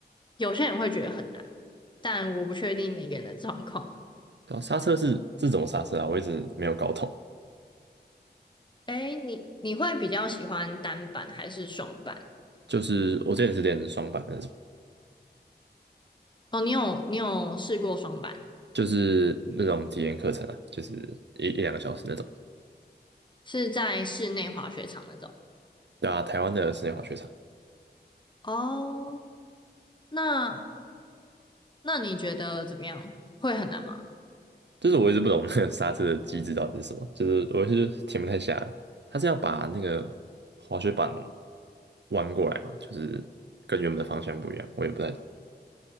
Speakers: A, on the left (about 25°); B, on the right (about 80°).
A: 有些人会觉得很难，但我不确定每个人的状况。
B: 对啊，刹车是是怎么刹车啊？我一直没有搞懂。
A: 哎，你你会比较喜欢单板还是双板？
B: 就是我之前是练双板的那种，
A: 哦，你有你有试过双板，
B: 就是那种体验课程啊，就是一一两个小时那种。
A: 是在室内滑雪场那种。
B: 对啊，台湾的室内滑雪场。
A: 哦，那那你觉得怎么样？会很难吗？
B: 就是我一直不懂那个刹车的机制到底是什么，就是我是停不太下来。他是要把那个滑雪板弯过来嘛，就是跟原本的方向不一样，我也不太懂。